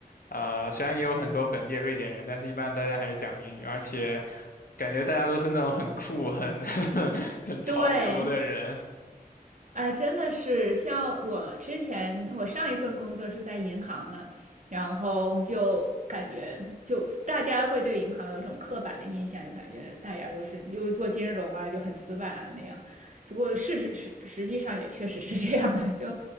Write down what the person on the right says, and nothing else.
对。哎，真的是，像我之前，我上一份工作是在银行嘛，然后就感觉，就大家会对银行有种刻板的印象，就感觉大家都是就是做金融啊，就很死板啊那样。只不过事实实实际上也确实是这样的，<laughs> 就